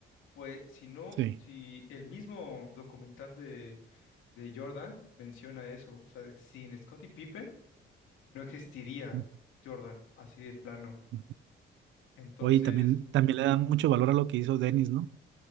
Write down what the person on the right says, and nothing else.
Sí.
ujú,
ujú.
Oye, también, también le dan mucho valor a lo que hizo Dennis, ¿no?